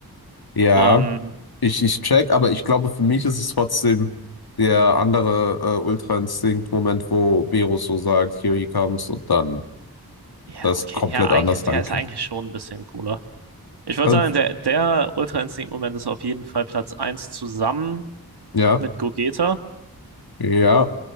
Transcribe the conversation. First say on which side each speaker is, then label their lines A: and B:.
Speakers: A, on the left; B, on the right.
A: Ja.
B: Ähm,
A: Ich, ich check, aber ich glaube, für mich ist es trotzdem der andere äh, Ultra-Instinkt-Moment, wo Beerus so sagt, here he comes und dann
B: ja,
A: das
B: okay,
A: komplett
B: ja, eigentlich,
A: anders
B: der
A: reingeht.
B: ist eigentlich schon ein bisschen cooler. Ich würde
A: Also,
B: sagen, der, der Ultra-Instinkt-Moment ist auf jeden Fall Platz eins zusammen
A: ja,
B: mit Gogeta.
A: ja,